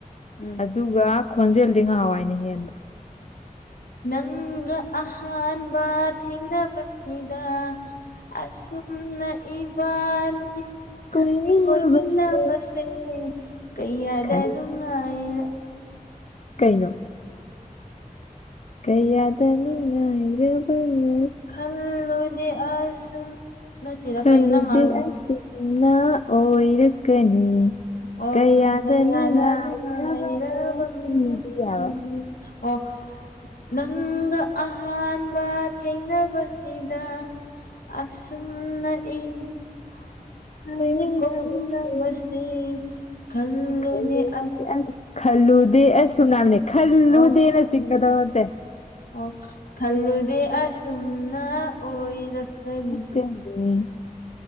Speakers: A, on the left; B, on the left.
A: ꯎꯝ
B: ꯑꯗꯨꯒ ꯈꯣꯟꯖꯦꯜꯗꯤ ꯉꯍꯥꯟꯋꯥꯏꯅ ꯍꯦꯟꯕ
A: ꯅꯪꯒ ꯑꯍꯥꯟ ꯊꯦꯪꯅꯥꯕꯥꯅ ꯁꯤꯗ ꯑꯁꯨꯝꯅ ꯏꯕꯥꯅꯤ
B: ꯀꯣꯏꯃꯤꯟꯅꯕꯁꯦ
A: ꯀꯣꯏ ꯃꯤꯟꯅ ꯁꯦ ꯀꯩ ꯌꯥꯗꯅ
B: ꯈꯟ
A: ꯅꯨꯪꯉꯥꯏꯇꯥꯕꯥ
B: ꯀꯩꯅꯣ ꯀꯩꯌꯥꯗꯅꯨ ꯉꯥꯏꯔꯕ ꯉꯁꯤꯁꯦ
A: ꯈꯜ ꯂꯨꯗꯦ ꯑꯁꯨꯝ ꯅꯠꯇꯦꯗ
B: ꯈꯜꯂꯨꯗꯦ
A: ꯀꯩꯅꯣ ꯅꯪ ꯉꯥꯡꯉꯤꯗꯣ
B: ꯑꯁꯨꯝꯅ ꯑꯣꯏꯔꯛꯀꯅꯤ
A: ꯑꯣ
B: ꯀꯌꯥꯗ
A: ꯑꯣ ꯃꯌꯥꯗ
B: ꯅꯨꯡꯉꯥꯏꯔꯕ
A: ꯅꯨꯡꯉꯥꯏꯔꯕ
B: ꯉꯁꯤꯗꯤ
A: ꯃꯤ ꯉꯁꯤꯗꯤ
B: ꯍꯥꯏꯕ
A: ꯑꯣ ꯅꯪꯒ ꯑꯍꯥꯟꯕ ꯊꯦꯡꯅꯕꯁꯤꯗ ꯑꯁꯨꯝꯅ ꯏꯕꯅꯤ
B: ꯃꯤꯟꯅꯕꯁꯤ
A: ꯀꯣꯏꯃꯤꯅꯕꯁꯦꯁ ꯈꯥꯜꯂꯨꯗꯦ
B: ꯈꯜꯂꯨꯗꯦ
A: ꯑꯁꯨꯝꯅ
B: ꯑꯁ ꯈꯜꯂꯨꯗꯦ ꯑꯁ ꯁꯨꯝ ꯅꯥꯕꯅꯦ ꯈꯜꯂꯨꯗꯦꯅ
A: ꯑꯣ
B: ꯆꯤꯡꯒꯗꯕ ꯅꯠꯇꯦ
A: ꯑꯣ ꯈꯜꯂꯨꯗꯦ ꯑꯁꯨꯝꯅ ꯑꯣꯏꯔꯛꯀꯅꯤ
B: ꯀ <inaudible>